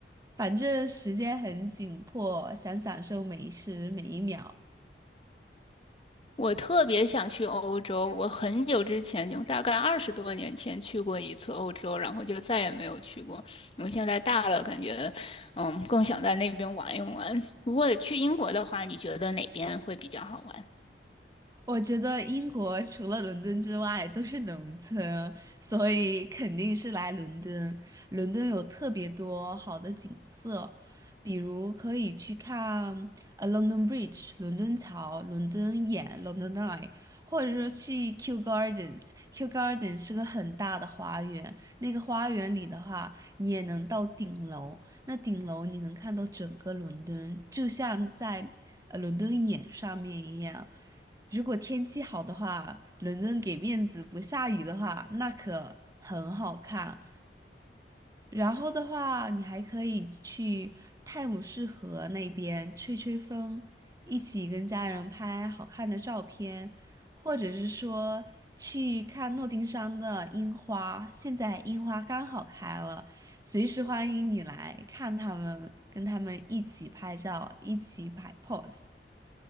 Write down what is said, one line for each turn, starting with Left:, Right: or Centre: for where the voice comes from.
Right: 反正时间很紧迫，想享受每一时每一秒。
Left: 我特别想去欧洲，我很久之前就大概二十多年前去过一次欧洲，然后就再也没有去过。我现在大了，感觉嗯更想在那边玩一玩。如果去英国的话，你觉得哪边会比较好玩？
Right: 我觉得英国除了伦敦之外都是农村，所以肯定是来伦敦。伦敦有特别多好的景色，比如可以去看呃 London Bridge、伦敦桥、伦敦眼、London Eye，或者说去 Kew Gardens。Kew Gardens 是个很大的花园，那个花园里的话，你也能到顶楼，那顶楼你能看到整个伦敦，就像在呃伦敦眼上面一样。如果天气好的话，伦敦给面子不下雨的话，那可很好看。然后的话，你还可以去泰晤士河那边吹吹风，一起跟家人拍好看的照片，或者是说去看诺丁山的樱花。现在樱花刚好开了，随时欢迎你来看他们，跟他们一起拍照，一起摆 pose。